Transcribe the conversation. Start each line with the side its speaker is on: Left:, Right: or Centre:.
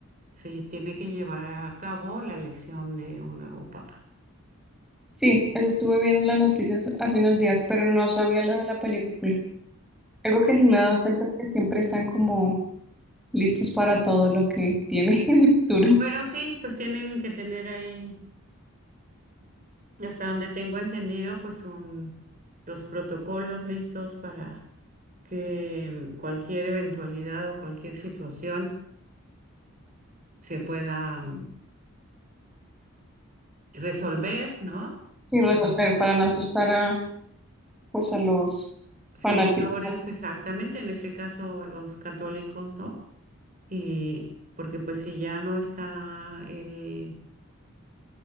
Right: se tiene que llevar a cabo la elección de un nuevo papa.
Centre: Sí, eso estuve viendo en las noticias hace unos días, pero no sabía lo de la película. Algo que
Right: Sí,
Centre: sí me he dado cuenta es que siempre están como listos para todo lo que tiene <laughs> en el futuro
Right: pero sí, pues tienen que tener ahí, hasta donde tengo entendido, pues un, los protocolos listos para que mm, cualquier eventualidad o cualquier situación se pueda mm, resolver, ¿no?
Centre: y resolver
Right: Y
Centre: para no asustar a, pues, a los
Right: seguidores,
Centre: fanáticos.
Right: exactamente, en este caso a los católicos, ¿no? Y porque pues si ya no está el,